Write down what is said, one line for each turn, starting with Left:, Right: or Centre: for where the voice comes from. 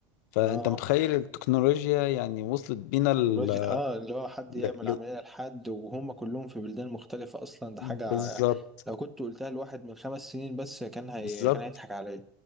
Left: فانت
Centre: اه
Left: متخيل التكنولوجيا يعني وصلت بينا ال...
Centre: الوجه اه اللي هو حد يعمل
Left: ل... ل...
Centre: عملية لحد وهم كلهم في بلدان مختلفة اصلا ده حاجة
Left: بالظبط
Centre: لو كنت قلتها لواحد من خمس سنين بس كان هي...
Left: بالظبط
Centre: كان هيضحك عليا